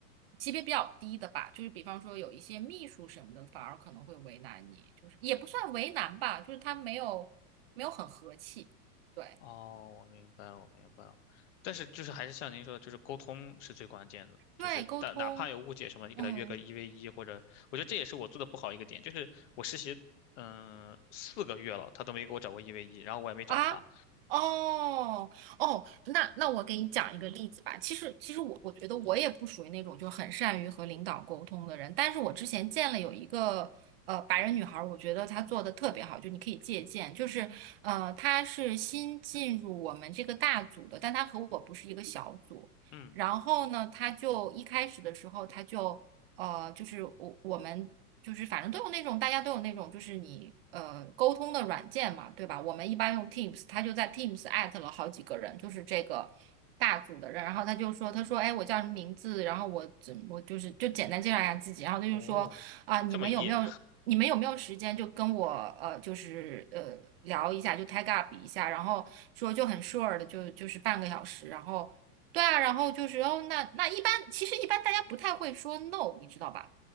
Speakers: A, on the right; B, on the left.
A: 级别比较低的吧，就是比方说有一些秘书什么的，反而可能会为难你，就是也不算为难吧，就是他没有没有很和气，对，
B: 哦，我明白了，我明白了。但是就是还是像您说的，就是沟通是最关键的。
A: 对外沟通，
B: 就是但哪怕有误解什么，你给他约个一
A: 嗯。
B: v 一，或者我觉得这也是我做的不好一个点，就是我实习嗯呃四个月了，他都没给我找过一 v 一，然后我也没找他。
A: 啊，哦哦，那那我给你讲一个例子吧。其实其实我我觉得我也不属于那种就很善于和领导沟通的人，但是我之前见了有一个呃白人女孩儿，我觉得她做的特别好，就你可以借鉴。就是呃，她是新进入我们这个大组的，但她和我不是一个小组。
B: 嗯，
A: 然后呢，她就一开始的时候，她就呃，就是我我们。就是反正都有那种，大家都有那种，就是你呃沟通的软件嘛，对吧？我们一般用 Teams，他就在 Teams 艾特了好几个人，就是这个大组的人，然后他就说，他说，哎，我叫什么名字？然后我怎我就是就简单介绍一下自己，然后他就说，
B: 哦，
A: 啊，你们有没有你们有没有时间就跟我呃就是呃聊一下，
B: 这么野，
A: 就 tag up 一下，然后说就很 sure 的就就是半个小时，然后对啊，然后就是哦，那那一般其实一般大家不太会说 no，你知道吧？